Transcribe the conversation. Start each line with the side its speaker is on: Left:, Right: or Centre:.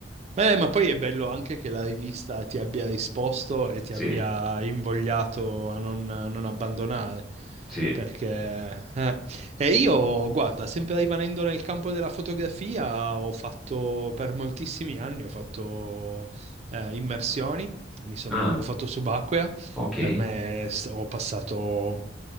Right: Eh, ma poi è bello anche che la rivista ti abbia risposto e ti
Centre: Sì,
Right: abbia invogliato a non, a non abbandonare.
Centre: sì.
Right: Perché... eh. E io, guarda, sempre rimanendo nel campo della fotografia, ho fatto per moltissimi anni, ho fatto eh, immersioni, mi sono
Centre: Ah,
Right: occu- ho fatto subacquea
Centre: ok.
Right: Per me st- ho passato